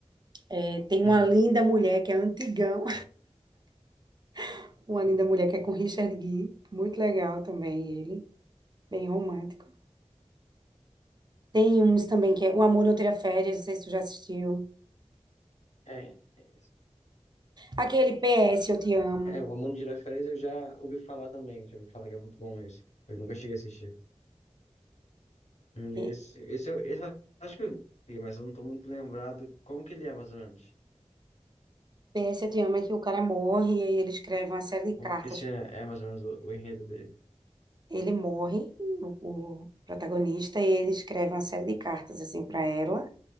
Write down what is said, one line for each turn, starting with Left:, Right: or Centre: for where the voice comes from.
Right: É, tem uma
Left: <laughs>
Right: linda mulher que é antigão, <laughs> uma linda mulher que é com Richard Gere, muito legal também ele, bem romântico. Tem uns também que é O Amor Não Tira Férias, não sei se tu já assistiu.
Left: É, é, isso.
Right: Aquele PS Eu Te Amo.
Left: É, o Amor de Tirar Férias eu já ouvi falar também. Já ouvi falar que é muito bom esse. Eu nunca cheguei a assistir. Hum,
Right: É,
Left: Esse, esse, eu, esse eu acho que eu vi, mas eu não tô muito lembrado como que ele é, mais ou menos.
Right: PS Eu Te Amo é que o cara morre e aí ele escreve uma série de
Left: Como
Right: cartas.
Left: que esse é, é mais ou menos o, o enredo dele.
Right: Ele morre, o, o protagonista, e ele escreve uma série de cartas assim para ela.